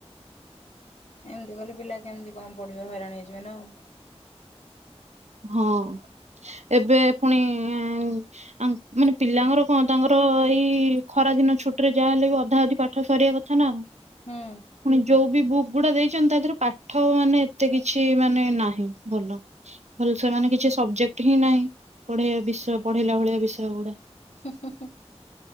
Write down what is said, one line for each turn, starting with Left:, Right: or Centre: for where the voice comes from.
Left: ଏମିତି କଲେ ପିଲା କେମିତି କଣ ପଢିବେ ହଇରାଣ ହେଇଯିବ ନା ଆଉ।
Right: ହଁ। ଏବେ ଫୁଣି ଏଁ ଆମ୍ ମାନେ ପିଲାଙ୍କର କଣ ତାଙ୍କର ଏଇ ଖରା ଖରା ଦିନ ଛୁଟିରେ ଯାହା ହେଲେ ବି ଅଧା ଅଧି ପାଠ ସାରିବା କଥା ନା ଆଉ।
Left: ହୁଁ
Right: ଫୁଣି ଯୋଉ ବି ବୁକ୍ ଗୁଡ଼ା ଦେଇଚନ୍ତି ତା ଧିଅରୁ ପାଠ ମାନେ। ଏତେ କିଛି ମାନେ ନାହିଁ ଭଲ। ଭଲ ସେ ମାନେ କିଛି ସବଜେକ୍ଟ ହିଁ ନାହିଁ ପଢ଼େଇବା ବିଷୟ ପଢ଼େଇଲା ଭଳିଆ ବିଷୟ ଗୁଡା।
Left: ହୁଁ ହୁଁ ହୁଁ।